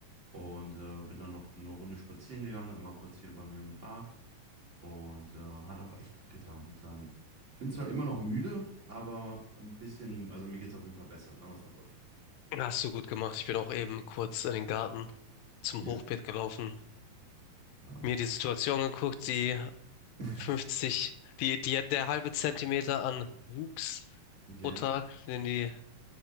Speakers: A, on the right; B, on the left.
A: und äh, bin dann noch eine Runde spazieren gegangen, einmal kurz hier bei mir im Park und äh, hat auch echt gut getan, muss ich sagen. Bin zwar immer noch müde, aber ein bisschen, also mir geht's auf jeden Fall besser, sagen wir es mal so.
B: Hast du gut gemacht. Ich bin auch eben kurz in den Garten zum
A: Yes.
B: Hochbeet gelaufen,
A: Ja.
B: mir die Situation geguckt, die
A: <laughs>
B: 50, die, die, der halbe Zentimeter an Wuchs
A: Okay.
B: pro Tag, den die